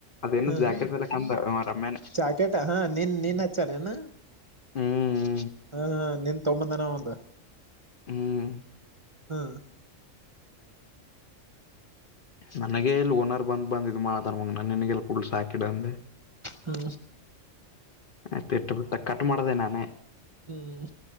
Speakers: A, on the left; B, on the right.
A: ಅದೇನು
B: ಹಾ
A: ಜಾಕೆಟ್ ತರಾಕಂದ ಇವ ರಮ್ಯಾನ
B: ಜಾಕೆಟ್ ಹಾ ನಿನ್ ನಿನ್ ಹಚ್ಚಾನೇನ
A: ಹ್ಮ್
B: ಹಾ ಹಾ ನಿನ್ ತೊಂಬಂದಾನವ ಒಂದ
A: ಹ್ಮ್
B: ಹಾ
A: ನನಗ ಇಲ್ಲಿ ಓನರ್ ಬಂದ್ ಬಂದ್ ಇದು ಮಾಡತಾರ ನೋಡ್ ನಿನಗೆಲ್ ಕೊಡೂದ್ ಸಾಕಿಡ ಅಂದೆ
B: ಹ್ಮ
A: ಅಷ್ಟೇ <unintelligible> ಕಟ್ ಮಾಡ್ದೇ ನಾನೇ
B: ಹ್ಮ್